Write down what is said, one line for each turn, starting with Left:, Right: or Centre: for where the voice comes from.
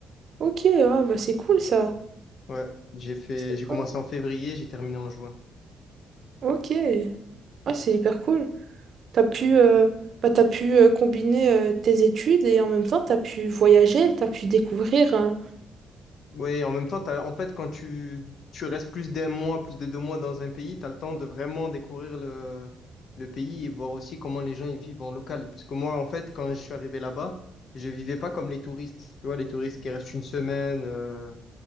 Right: Ok, ah, bah c'est cool ça.
Left: Ouais, j'ai fait,
Right: C'est
Left: j'ai commencé
Right: cool.
Left: en février, j'ai terminé en juin.
Right: Ok, ah, c'est hyper cool. T'as pu, euh, bah, t'as pu euh, combiner euh, tes études et en même temps t'as pu voyager, t'as pu découvrir. euh,
Left: Oui, en même temps, t'as- en fait, quand tu, tu restes plus d'un mois, plus de deux mois dans un pays, tu as le temps de vraiment découvrir le, le pays et voir aussi comment les gens y vivent en local. Parce que moi, en fait, quand je suis arrivé là-bas, je vivais pas comme les touristes. Tu vois, les touristes qui restent une semaine, euh,